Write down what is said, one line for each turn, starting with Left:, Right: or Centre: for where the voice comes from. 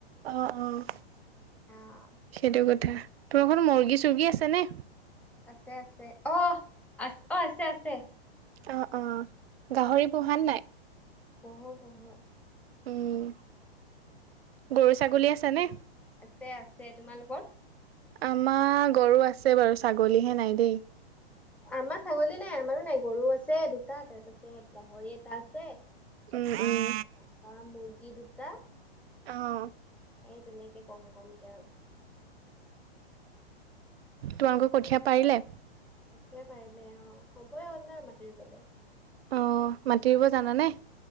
Right: অ' অ'
Centre: আহ
Right: সেইটো কথা তোমাৰ ঘৰত মুৰ্গী-চুৰ্গী আছে নে?
Centre: আছে, আছে অ' আছ অ' আছে, আছে।
Right: অ' অ' গাহৰি পোহা নে নাই?
Centre: পুহো, পুহো।
Right: উম, গৰু, ছাগলী আছেনে?
Centre: আছে, আছে তোমালোকৰ?
Right: আমাৰ গৰু আছে বাৰু ছাগলীহে নাই দেই।
Centre: আমাৰ ছাগলী নাই আমাৰো নাই গৰু আছে দুটা তাৰপিছত গাহৰি এটা আছে
Right: উম, উম।
Centre: তাপা মুৰ্গী দুটা
Right: উম
Centre: এই তেনেকে কম, কমকে আৰু।
Right: তোমালোকৰ কঠীয়া পাৰিলে?
Centre: কঠীয়া পাৰিলে অ' ক'বই <unintelligible> মাটি ৰুবলে।
Right: অ'মাটি ৰুব জানানে?